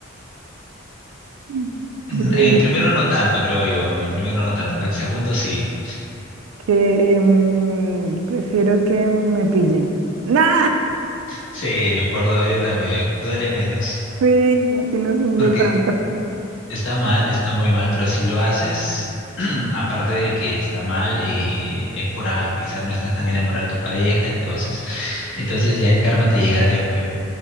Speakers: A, on the right; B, on the left.
A: <laughs>
B: En
A: Pre-
B: en el primero no tanto, creo yo. En el primero no tanto. En el segundo sí.
A: que em, prefiero que me pillen. ¡Nah!
B: Sí, por dos, yo también. Duele menos.
A: Sí, así no sufro
B: Porque
A: tanto.
B: está mal, está muy mal, pero si lo haces, <clears throat> aparte de que está mal, eh, es por algo. Quizás no estás tan enamorado de tu pareja, entonces, entonces ya el karma te llegará después.